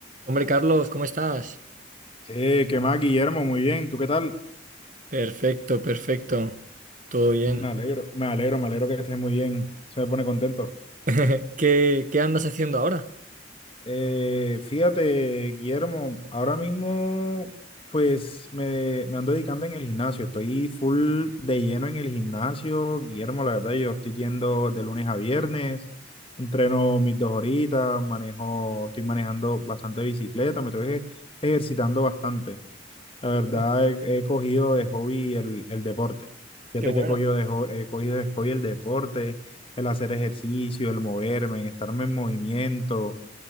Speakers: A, on the right (about 45°); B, on the left (about 30°).
A: Hombre, Carlos, ¿cómo estás?
B: Eh, ¿qué más, Guillermo? Muy bien, ¿tú qué tal?
A: Perfecto, perfecto. Todo bien.
B: Me alegro, me alegro, me alegro que estés muy bien. Se me pone contento.
A: <laughs> ¿Qué, qué andas haciendo ahora?
B: Eh, fíjate, Guillermo, ahora mismo pues me, me ando dedicando en el gimnasio. Estoy full de lleno en el gimnasio, Guillermo, la verdad, yo estoy yendo de lunes a viernes, entreno mis dos horitas, manejo, estoy manejando bastante bicicleta, me estoy ej- ejercitando bastante. La
A: Qué
B: verdad,
A: bueno,
B: he, he cogido de hobby el, el deporte. Fíjate
A: qué bueno.
B: que he cogido de, ho- he cogido de hobby el deporte, el hacer ejercicio, el moverme, el estarme en movimiento,